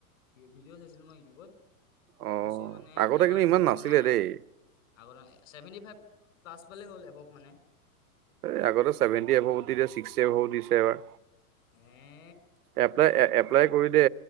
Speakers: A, on the left; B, on the right.
A: ভিডিঅ' চাইছিলো মই ইউটিউবত
B: অ
A: কৈছে মানে
B: আগতে
A: এইবাৰ
B: কিন্তু ইমান
A: ধৰিব
B: নাছিলে
A: নোৱাৰা।
B: দেই
A: আগৰ ছেভেণ্টি ফাইভ প্লাছ পালে হ'ল এবভ মানে
B: এই আগতে চছেভেনটি এভাৱো দি ছিক্সটি এভাৱো দিছে এবাৰ
A: হে
B: এপ্লাই এপ্লাই কৰি দে